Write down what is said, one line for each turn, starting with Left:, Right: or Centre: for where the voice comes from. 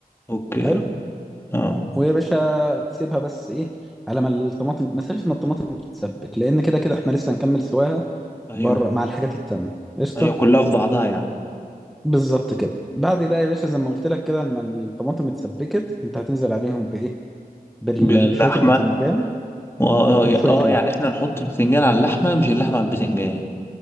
Left: أوكي
Centre: حلو
Left: اه
Centre: ويا باشا تسيبها بس ايه على ما الطماطم مسافه ما الطماطم تتسبك لان كده كده احنا لسه هنكمل سواها
Left: أيوة
Centre: بره مع الحاجات التانية قشطه
Left: أيوة كلها في بعضها يعني
Centre: بالظبط كده بعد بقى يا باشا زي ما قلت لك كده لما الطماطم اتسبكت انت هتنزل عليهم بايه بال...
Left: باللحمة
Centre: بشويه الباذنجان
Left: اه ي-
Centre: وشويه
Left: اه
Centre: اللحمه
Left: يعني احنا نحط البتنجان على اللحمة مش اللحمة على البتنجان